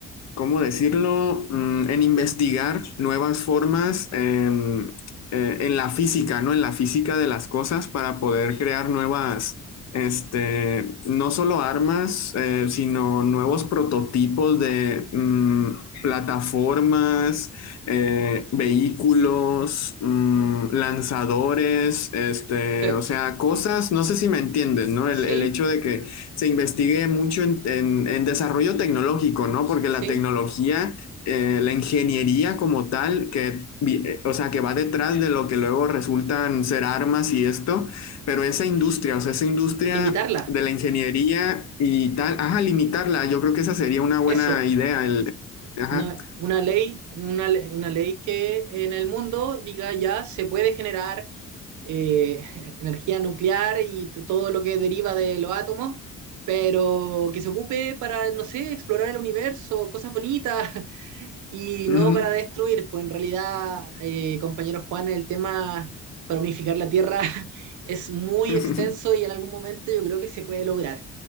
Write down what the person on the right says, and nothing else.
sí,
sí,
sí.
Limitarla,
eso.
No, una ley, una, le- una ley que en el mundo diga ya se puede generar eh, <laughs> energía nuclear y t- todo lo que deriva de los átomos, pero que se ocupe para, no sé, explorar el universo, cosas bonitas, Y
no para destruir, pues en realidad, eh, compañero Juan, el tema para unificar la Tierra <laughs> es muy
extenso y en algún momento yo creo que se puede lograr.